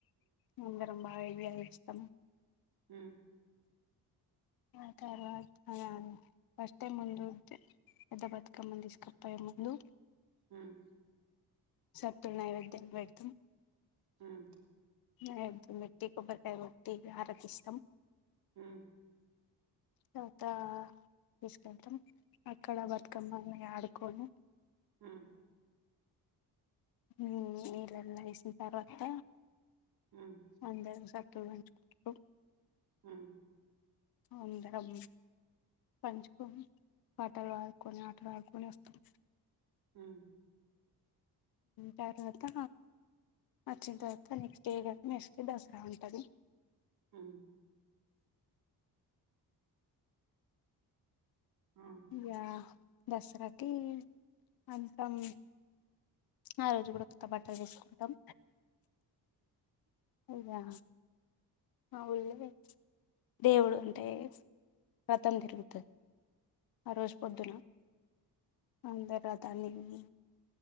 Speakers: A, on the left; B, on the right.
A: అందరం బా ఆ ఏ ఇష్టం
B: ఉమ్
A: ఆ తర్వాత ఫస్ట్ టైమ్ ముందు పెద్ద బతుకమ్మను తీసుక పొయ్యే ముందు
B: ఉమ్
A: సతుల నైవేద్యం పెడతాం
B: ఉమ్
A: అ మేట్టి కొబ్బరికాయ కోట్టి ఆరతిస్తాం
B: ఆ
A: తంతా తీసుకంటాం అక్కడ బతుకమ్మ అని ఆడు కోను
B: ఆ
A: హ ఈలల్ల ఏసి తర్వాత
B: హ్మ్
A: అందా స త వంచుకుకు
B: ఆ
A: అందరం పంచుకొని ఆటలు ఆడుకొని ఆటలు ఆడుకొని వస్తాం
B: ఆ
A: తర్వాత వచ్చిన తర్వాత నెక్స్ట్ డే కదా మెక్స్కి దసరా ఉంటాది
B: ఆ హ్మ్
A: ఇక దసరాకి అద్దం ఆ రోజు కూడా కొత్త బట్టలు తీసుకుంటాం ఇగా ఆ ఊళ్ళే దేవుడు అంటే వ్రతం తిరుగుత ఆ రోజు పొద్దున అందర తాన్నిని